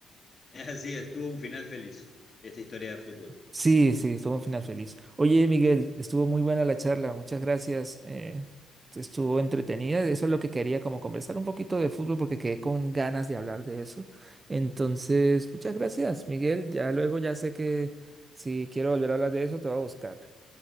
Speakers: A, on the left; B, on the right.
A: <laughs> Así es, tuvo un final feliz esta historia de fútbol.
B: Sí, sí, estuvo un final feliz. Oye, Miguel, estuvo muy buena la charla, muchas gracias. eh, estuvo entretenida, eso es lo que quería, como conversar un poquito de fútbol porque quedé con ganas de hablar de eso. Entonces, muchas gracias, Miguel. Ya luego ya sé que si quiero volver a hablar de eso, te voy a buscar.